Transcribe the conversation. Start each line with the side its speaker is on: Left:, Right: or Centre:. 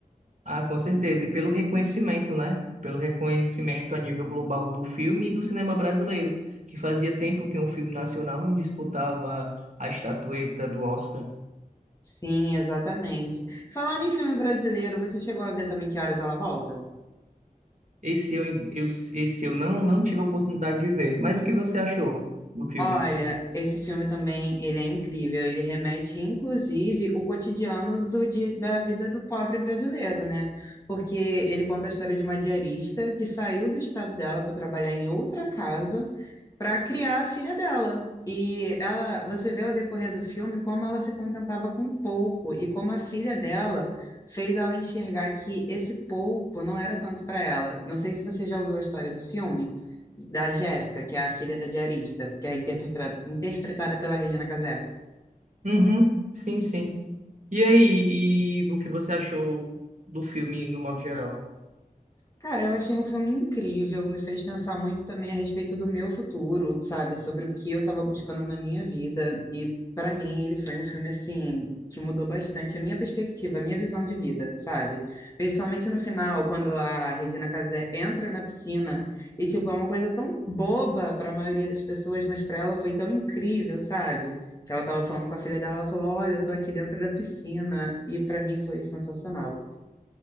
Right: Ah, com certeza. E pelo reconhecimento, né? Pelo reconhecimento a nível global do filme e do cinema brasileiro, que fazia tempo que um filme nacional não disputava a estatueta do Oscar.
Left: Sim, exatamente. Falando em filme brasileiro, você chegou a ver também Que Horas Ela Volta?
Right: Esse eu, eu- esse eu não, não tive a oportunidade de ver. Mas o que você achou do filme?
Left: Olha, esse filme também, ele é incrível. Ele remete, inclusive, o cotidiano do dia, da vida do pobre brasileiro, né? Porque ele conta a história de uma diarista que saiu do estado dela para trabalhar em outra casa para criar a filha dela. E ela, você vê ao decorrer do filme como ela se contentava com pouco e como a filha dela fez ela enxergar que esse pouco não era tanto para ela. Não sei se você já ouviu a história do filme da Jéssica, que é a filha da diarista, que é interpreta- interpretada pela Regina Casé.
Right: Uhum, sim, sim. E aí, e o que você achou do filme no modo geral?
Left: Cara, eu achei um filme incrível, me fez pensar muito também a respeito do meu futuro, sabe? Sobre o que eu estava buscando na minha vida. E para mim, ele foi um filme assim que mudou bastante a minha perspectiva, a minha visão de vida, sabe? Principalmente no final, quando a Regina Casé entra na piscina e tipo, é uma coisa tão boba para a maioria das pessoas, mas para ela foi tão incrível, sabe? Que ela estava falando com a filha dela, ela falou: "Olha, eu tô aqui dentro da piscina". E para mim foi sensacional.